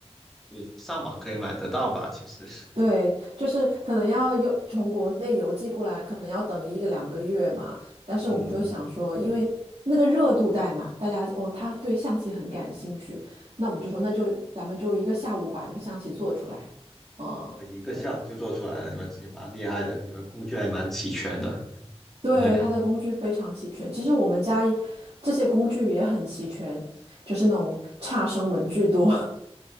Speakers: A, in the centre; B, on the right.
A: 对，上网可以买得到吧？其实，
B: 对，就是可能要邮从国内邮寄过来，可能要等一个两个月嘛。但是我们就想说，
A: <laughs> 嗯。
B: 因为那个热度带嘛，大家哦，他对象棋很感兴趣，那我们就说，那就咱们就一个下午把这个象棋做出来。嗯，
A: 我一个下午就做出来了，
B: 对
A: 你们也蛮厉害的，你们工具还蛮齐全的。
B: 对，
A: 对，
B: 它的工具非常齐全。其实我们家也这些工具也很齐全，就是那种差生文具多，